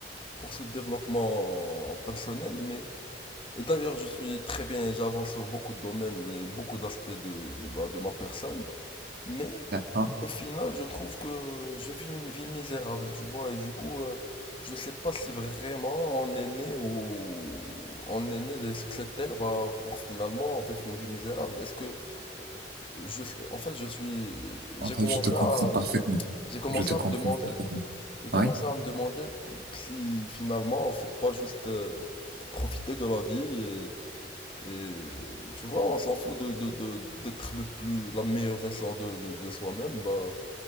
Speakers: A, on the left (about 30°); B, on the right (about 60°).
A: pour ce développement personnel. Mais, et d'ailleurs, je suis très bien, j'avance sur beaucoup de domaines, euh, beaucoup d'aspects de, de, bah, de ma personne. Mais,
B: D'accord.
A: au final, je trouve que je vis une vie misérable, tu vois. Et du coup, euh, je sais pas si vraiment on est né ou on est né de- sur cette terre bah, pour finalement vivre une vie misérable. Est-ce que je, sais- en fait, je suis, j'ai
B: Enfin,
A: commencé
B: je te comprends
A: à,
B: parfaitement.
A: j'ai commencé
B: Je te
A: à
B: comprends
A: me demander,
B: parfaitement.
A: j'ai commencé
B: Oui?
A: à me demander si finalement, faut pas juste euh, profiter de la vie et, et, tu vois, on s'en fout de, de, de- d'être le plus, la meilleure version de, de, de soi-même. Bah,